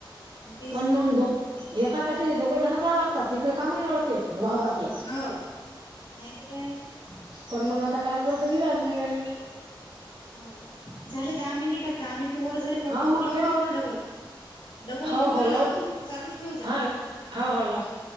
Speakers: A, on the left; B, on the right.
A: तेच
B: पण
A: ना
B: मग दो एकासाठी दोघं जण जाय लागतात तिकडे कामही अडते वावरातलं.
A: हो नाहीत काय आता.
B: पण मग आता काय करत इलाज नाही झाले.
A: हो झाले दहा मिनिट दहा मिनिट वर झाले. कट
B: हा
A: करून
B: मग
A: लावू
B: ठेव
A: का तुम्हाला डबल डबल
B: हो
A: तुम्हाला
B: हो लव
A: लावतो मग चालूच ठेव जा.
B: हा हो हो, लाव.